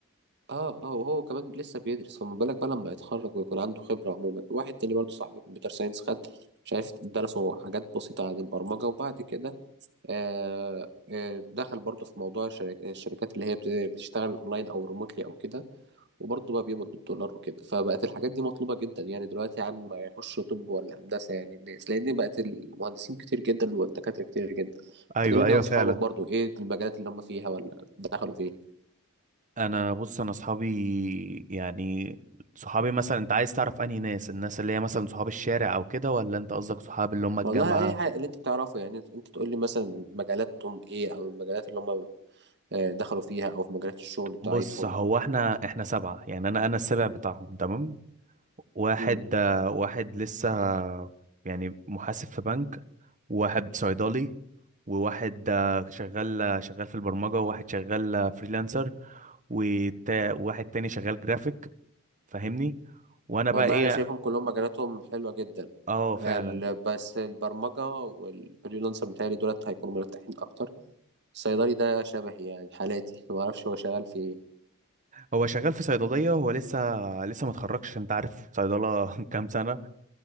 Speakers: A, on the right; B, on the right.
A: اه اه وهو كمان لسه بيدرس فما بالك بقى لما يتخرج ويكون عنده خبرة عموما واحد تاني برضه صاحبي كمبيوتر ساينس خد شايف درسوا حاجات بسيطة عن البرمجة وبعد كده آه آه دخل برضه في موضوع الشرك- الشركات اللي هي بت- بتشتغل اونلاين او ريموتلي او كده وبرضه بقى بيقبض بالدولار وكده فبقت الحاجات دي مطلوبة جدا يعني دلوقتي عن ما يخش طب ولا هندسة يعني الناس لأن بقت المهندسين كتير جدا والدكاترة كتير جدا
B: ايوه
A: تكلمني
B: ايوه
A: عن صحابك
B: فعلا
A: برضه إيه المجالات اللي هم فيها ولا دخلوا فيه
B: انا بص انا صحابي يعني صحابي مثلا انت عايز تعرف انهي ناس الناس اللي هي مثلا صحاب الشارع او كده ولا انت قصدك صحاب اللي هم الجامعة
A: والله أي حاجة اللي أنت تعرفه يعني أنت تقول لي مثلا مجالاتهم إيه أو المجالات اللي هم آه، دخلوا فيها أو في مجالات الشغل بتاعتهم
B: بص هو احنا احنا سبعة يعني انا انا السابع بتاعهم تمام واحد
A: مم.
B: آه، واحد لسه يعني محاسب في بنك وواحد صيدلي وواحد آه، شغال شغال في البرمجة وواحد شغال فريلانسر وتا- وواحد تاني شغال جرافيك فاهمني وانا بقى
A: والله
B: ايه
A: أنا شايفهم كلهم مجالاتهم حلوة جدا
B: اه فعلا
A: ال- بس البرمجة والفريلانسر بتاعي دولت هيكونوا مرتاحين أكتر الصيدلي ده شبهي يعني حالاتي ما اعرفش هو شغال في ايه
B: هو شغال في صيدليه هو لسه لسه ما اتخرجش عشان انت عارف صيدله <laughs> كام سنه